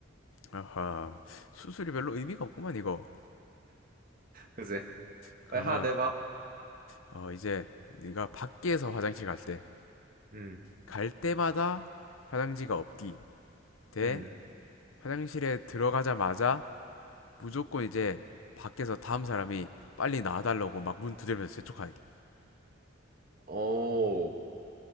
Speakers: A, on the left (about 80°); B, on the right (about 45°).
A: 아하, 수술이 별로 의미가 없구만 이거.
B: 그지?
A: 그러면
B: 빨리 하나 내봐.
A: 어 이제 네가 밖에서 화장실 갈 때,
B: 음,
A: 갈 때마다 화장지가 없기 대
B: 음.
A: 화장실에 들어가자마자 무조건 이제 밖에서 다음 사람이 빨리 나와달라고 막 문 두드리면서 재촉하기.
B: 오.